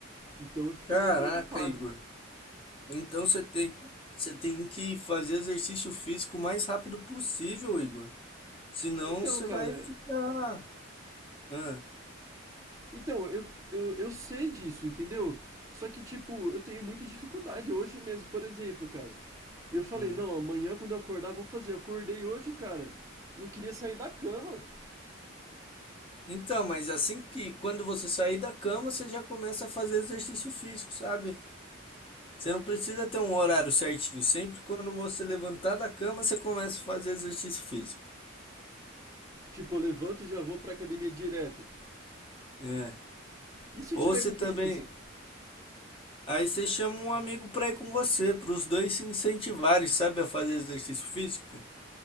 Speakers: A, on the right; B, on the left.
A: Então eu fiquei
B: Caraca,
A: preocupado.
B: Igor. Então você tem, você tem que fazer exercício físico o mais rápido possível, Igor. Senão
A: Então,
B: você
A: cara,
B: vai ficar. Ah,
A: Então, eu, eu, eu sei disso, entendeu? Só que, tipo, eu tenho muita dificuldade hoje mesmo, por exemplo, cara. Eu falei,
B: hum.
A: não, amanhã quando eu acordar vou fazer. Eu acordei hoje, cara. Não queria sair da cama.
B: Então, mas assim que quando você sair da cama, você já começa a fazer exercício físico, sabe? Você não precisa ter um horário certinho. Sempre quando você levantar da cama, você começa a fazer exercício físico.
A: Tipo, eu levanto e já vou pra academia direto.
B: É.
A: E se eu
B: Ou
A: tiver
B: você
A: com
B: também.
A: preguiça?
B: Aí você chama um amigo pra ir com você, para os dois se incentivarem, sabe, a fazer exercício físico.